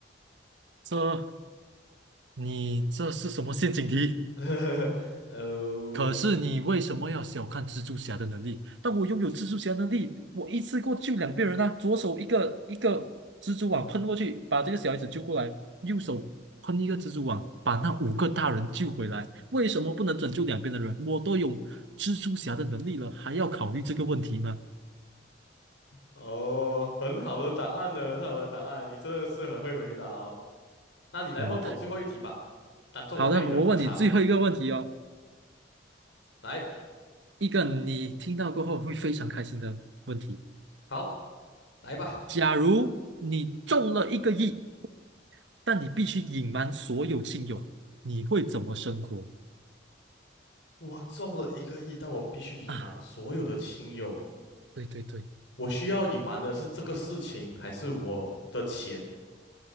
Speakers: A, on the right; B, on the left.
A: 这你这是什么陷阱题？
B: <laughs> 呃，
A: 可是你为什么要小看蜘蛛侠的能力？当我拥有蜘蛛侠能力，我一次过救两边人啊！左手一个一个蜘蛛网喷过去，把这个小孩子救过来；右手喷一个蜘蛛网，把那五个大人救回来。为什么不能拯救两边的人？我都有蜘蛛侠的能力了，还要考虑这个问题吗？
B: 哦，很好的答案呢，很好的答案，你真的是很会回答哦。那你来问我最后一题吧，
A: 我太
B: 当做我对你的补偿。
A: 好的，我问你最后一个问题哦，
B: 来，
A: 一个你听到过后会非常开心的问题：
B: 好，来吧。
A: 假如你中了一个亿。但你必须隐瞒所有亲友，你会怎么生活
B: 我中了一个亿，但我必须隐瞒所有的亲友。
A: 啊？对对对，
B: 我需要隐瞒的是这个事情，还是我的钱？